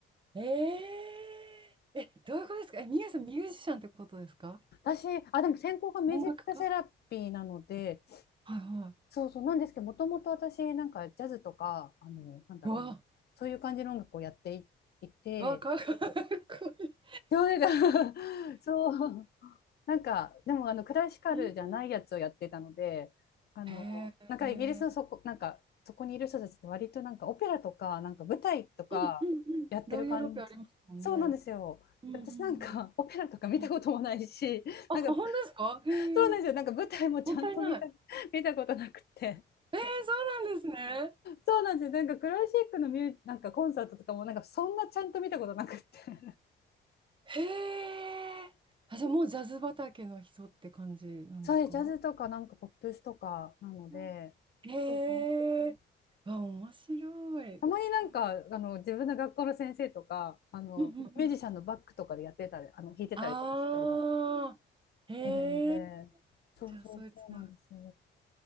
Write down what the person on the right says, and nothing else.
ええー、え、どういうことですかえ、みゆさんミュージシャンってことですか
音楽家はいはい。
うわ、
うわ、かっこい
い。<laughs>
へえ。
うん
うんうんロイヤルオペありますもんね。
うんうん
うんあ、
本当ですかへえ。
もったいない。
ええ、そうなんですね。
へえ。あ、じゃあもうジャズ畑の人って感じなんですか
うんへえ。
あ、面白い。
そう。
うんうんうん。
ああ。へえ。
じゃあそういうつなが